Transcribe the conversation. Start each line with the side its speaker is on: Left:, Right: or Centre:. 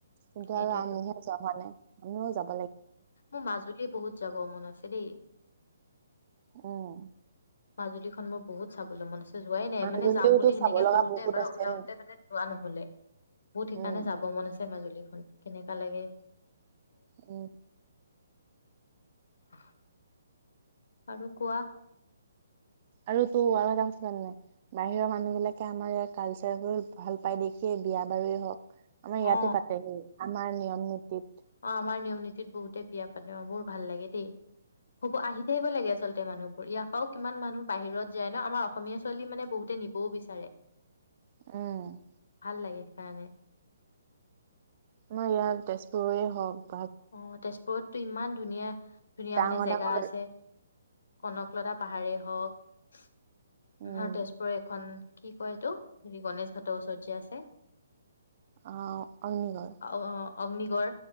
Right: কিন্তু
Left: সেইটোয়েতো
Right: আৰু আমিহে যোৱা হোৱা নাই আমিও যাম
Left: মোৰ মাজুলী বহুত যাব মন আছে দেই
Right: উম
Left: মাজুলীখন মোৰ বহুত চাবলৈ মন আছে যোৱাই নাই
Right: মাজুলীওতো
Left: মানে যাম বুলি
Right: চাব
Left: হেনেকে
Right: লগা
Left: সৰুতে
Right: বহুত
Left: এবাৰ
Right: আছে
Left: ওলাওতে মানে যোৱা নহলে বহুত
Right: উম,
Left: সেইকাৰণে যাব মন আছে মাজুলীত কেনেককা লাগে
Right: উ
Left: হক আৰু কোৱা
Right: আৰু তো আৰু এটা কথা জানাই বাহিৰৰ মানুহ বিলাকে আমাৰ ইয়াৰ কালচাৰবোৰ ভাল পাই দেখিয়ে বিয়া বাৰু হওক আমাৰ ইয়াতে
Left: অ
Right: পাতেহি আমাৰ নিয়ম- নীতিত,
Left: অ', আমাৰ নিয়ম- নীতিত বহুতে বিয়া পাতে। অ', বহুত ভাল লাগে দেই। হ'ব আহি থাকিব লাগে আচলতে মানুহবোৰ। ইয়াৰ পৰাও কিমান মানুহ বাহিৰত যায় ন ', আমাৰ অসমীয়া ছোৱালী মানে বহুতে নিবও বিচাৰে।
Right: উম।
Left: ভাল লাগে। কাৰানে,
Right: আমাৰ ইয়াত তেজপুৰৰে হক, -
Left: অ', তেজপুৰতটো ইমান ধুনীয়া- ধুনীয়া
Right: ডাঙৰ
Left: মানে জেগা
Right: ডাঙৰ
Left: আছে। কনকলতা পাহাৰে হওক, -
Right: উম,
Left: ভাল তেজপুৰৰ এখন, কি ', কয়, এইটো হেৰি গণেশ ঘাটৰ ওচৰত যে, আছে?
Right: অ', অগ্নিগড়,
Left: অ- অগ্নিগড়,